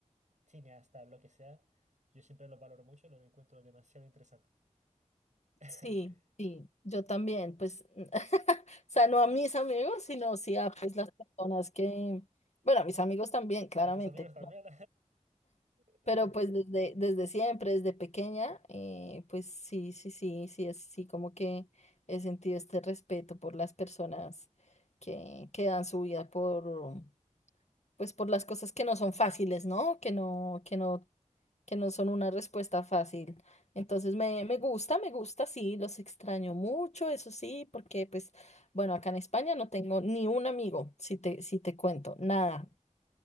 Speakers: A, on the right (about 70°); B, on the left (about 60°).
A: cineasta, lo que sea, yo siempre los valoro mucho y los encuentro demasiado interesantes. <laughs>
B: Sí, sí, yo también, pues, <laughs> o sea, no a mis amigos, sino sí a pues las personas que, bueno, a mis amigos también, claramente.
A: A tus amigos también. <laughs>
B: Pero pues desde, desde siempre, desde pequeña, eh, pues sí, sí, sí, sí, es sí, como que he sentido este respeto por las personas que, que dan su vida por, pues por las cosas que no son fáciles, ¿no? Que no, que no, que no son una respuesta fácil. Entonces me, me gusta, me gusta, sí, los extraño mucho, eso sí, porque pues, bueno, acá en España no tengo ni un amigo, si te, si te cuento, nada.